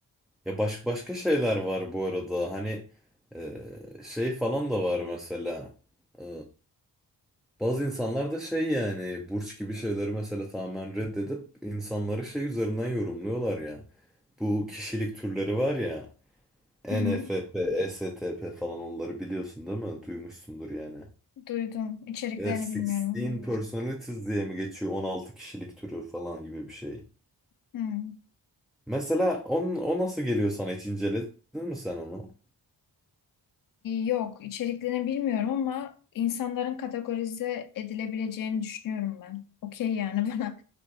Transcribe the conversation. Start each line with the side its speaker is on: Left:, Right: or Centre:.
Centre: Ya baş, başka şeyler var bu arada. Hani e, şey falan da var mesela. E, bazı insanlar da şey yani burç gibi şeyleri mesela tamamen reddedip insanları şey üzerinden yorumluyorlar ya. Bu kişilik türleri var ya. ENFP,
Left: Hı hı.
Centre: STP falan onları biliyorsun değil mi? Duymuşsundur yani.
Left: duydum. İçeriklerini
Centre: E, 16
Left: bilmiyorum ama.
Centre: personalities diye mi geçiyor? 16 kişilik türü falan gibi bir şey.
Left: Hı.
Centre: Mesela on, o nasıl geliyor sana hiç inceledin mi sen onu?
Left: Yok, içeriklerini bilmiyorum ama insanların kategorize edilebileceğini düşünüyorum ben. Okey yani <laughs> bana.